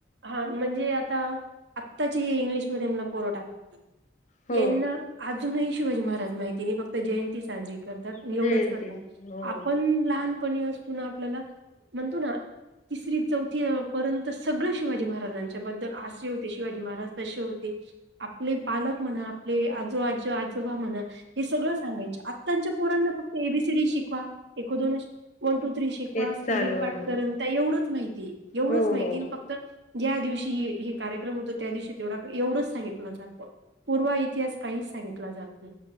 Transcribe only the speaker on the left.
हो
जयंती
हो
तेच
चालू
आहे
हो
हो.